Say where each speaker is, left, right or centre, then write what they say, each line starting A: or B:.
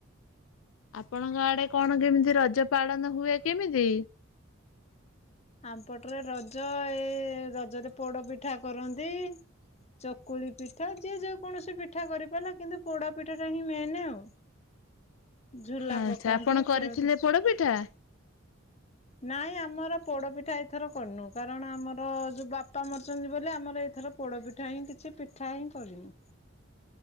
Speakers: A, on the left; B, on the left.
A: ଆପଣଙ୍କ ଆଡେ କଣ କେମିତି ରଜ ପାଳନ ହୁଏ କେମିତି?
B: ଆମପଟରେ ରଜ ଏଇ ରଜରେ ପୋଡ ପିଠା କରନ୍ତି ଚକୁଳି ପିଠା ଯିଏ ଯେକୌଣସି ପିଠା କରିପାରିଲା କିନ୍ତୁ ପୋଡା ପିଠା ଟା ହିଁ ମେନ୍ ଆଉ ଝୁଲା
A: ଆଛା
B: ପକାନ୍ତି
A: ଆପଣ କରିଥିଲେ
B: ଖେଳନ୍ତି
A: ପୋଡପିଠା?
B: ନାଇଁ ଆମର ପୋଡ଼ପିଠା ଏଇଥର କରିନୁ କାରଣ ଆମର ଯେଉ ବାପା ମାରୁଛନ୍ତି ବୋଲି ଆମର ଏ ଏଥର ପୋଡ଼ପିଠା ହିଁ କିଛି ପିଠା ହିଁ କରିନୁ।